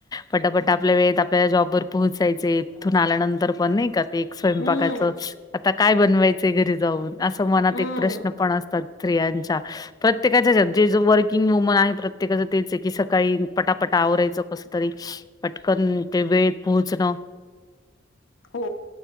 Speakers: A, on the left; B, on the left.
A: पटापट आपल्या वेळेत आपल्या जॉबवर पोहोचायचे इथून आल्यानंतर पण नाही का एक स्वयंपाकाचं
B: हम्म
A: आता काय बनवायचंय घरी जाऊन.? असं मनात
B: हम्म
A: एक प्रश्न पण असतात स्त्रियांच्या. प्रत्येकाच्यात जे ज वर्किंग वुमन आहे प्रत्येकाचं तेच आहे की सकाळी पटापटा आवरायचं कसं तरी पटकन ते वेळेत पोहचण
B: हो